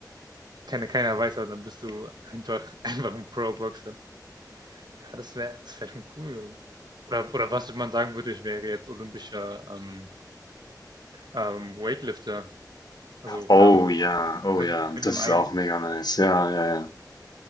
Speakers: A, on the right; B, on the left.
A: keine, keiner weiß, aber dann bist du einfach, <laughs> einfach ein Pro-Boxer. Ja, das wäre das wär schon cool, glaube ich. Oder, oder was man sagen würde, ich wäre jetzt olympischer ähm, ähm, Weightlifter. Also,
B: Oh
A: keine Ahnung,
B: ja, oh
A: wenn,
B: ja,
A: wenn
B: das
A: du
B: ist
A: ein,
B: auch mega nice. Ja, ja, ja.